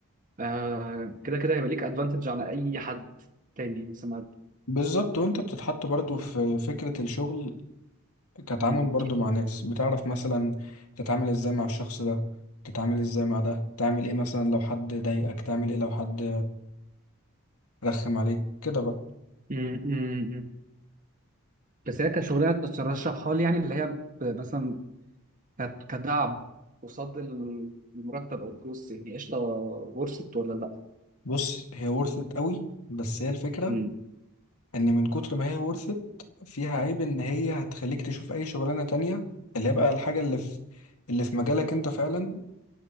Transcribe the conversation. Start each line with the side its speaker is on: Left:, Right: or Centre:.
Right: آه كده كده هيبقى ليك ادفانتج عن اي حد تاني مثلا مقدم.
Left: بالظبط وانت بتتحط برضو في فكرة الشغل كتعامل
Right: امم
Left: برضو مع ناس بتعرف مثلا تتعامل ازاي مع الشخص ده تتعامل ازاي مع ده تعمل ايه مثلا لو حد ضايقك تعمل ايه لو حد رخم عليك كده بقى
Right: امم امم بس هي كشغلانه ترشحها لي يعني اللي هي ب- مثلا كت- كدعم قصاد ال- المرتب او الفلوس يعني قشطه ورثت ولا لا
Left: بص هي ورثت قوي بس هي الفكرة
Right: امم
Left: ان من كتر ما هي ورثت فيها عيب ان هي هتخليك تشوف اي شغلانة تانية اللي هي بقى الحاجة اللي في اللي في مجالك انت فعلا